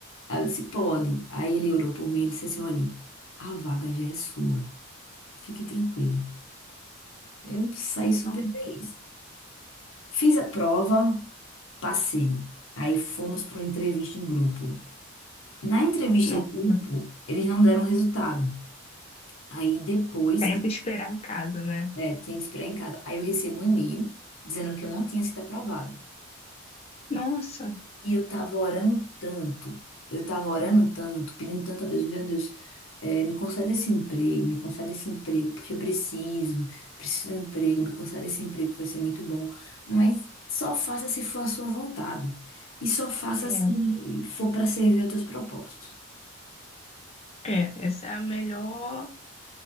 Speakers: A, on the left (about 75°); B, on the left (about 30°).
A: Aí eu disse, pode. Aí ele orou por mim e disse assim, olha, a vaga já é sua, fique tranquila. Eu saí super
B: Não,
A: feliz. Fiz a prova, passei. Aí fomos para uma entrevista em grupo. Na entrevista
B: não.
A: em grupo, eles não deram resultado. Aí depois
B: Sempre esperar em casa, né?
A: É, tinha que esperar em casa. Aí eu recebo um e-mail dizendo que eu não tinha sido aprovada.
B: Nossa.
A: E eu tava orando tanto, eu tava orando tanto, pedindo tanto a Deus, meu Deus, é, me concede esse emprego, me concede esse emprego, porque eu preciso, preciso de um emprego, me concede esse emprego, que vai ser muito bom. Mas só faça se for a sua vontade. E só faça
B: É.
A: se for para servir aos teus propósitos.
B: É, essa é a melhor,